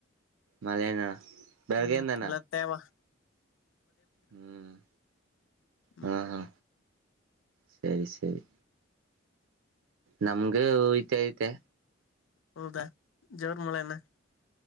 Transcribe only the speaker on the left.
ಹ್ಮ್ ಎಲ್ಲ ತೇವಾ
ಹ್ಮ್
ಹೌದಾ ಜೋರ್ ಮೂಳೆನ